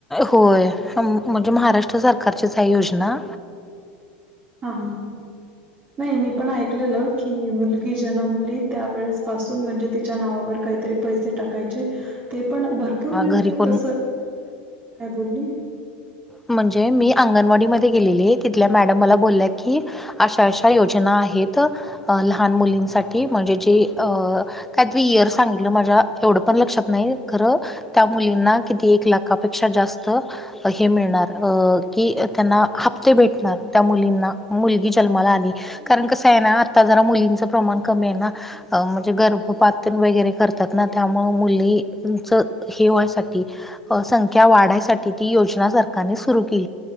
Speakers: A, in the centre; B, on the right.
A: होय म्हणजे महाराष्ट्र सरकारचीच आहे योजना
B: हा हा नाही मी पण ऐकलेलं की मुलगी जन्मली त्यावेेळेस पासून म्हणजे तिच्या नावावर काहीतरी पैसे टाकायचे ते पण भरपूर म्हणजे
A: घरी कोण
B: तस काय बोलली
A: म्हणजे मी अंगणवाडी ममध्ये गेलेली तिथल्या मॅडम मला बोलल्या की अशा अशा योजना आहेत लहान मुलींसाठी म्हणजे जे अ काय तरी इयर सांगितलं माझ्या एवढं पण लक्षात नाही खरं त्या मुलींना किती एक लाखापेक्षा जास्त हे मिळणार की त्यांना हप्ते भेटणार त्या मुलींना मुलगी जन्माला आली कारण कसं आहे ना आता जरा मुलींचं प्रमाण कमी आहे ना अ म्हणजे गर्भपातन वगैरे करतात ना त्यामु मुलीच हेवायसाठी संख्या वाढायसाठी ती योज सरकार सुर के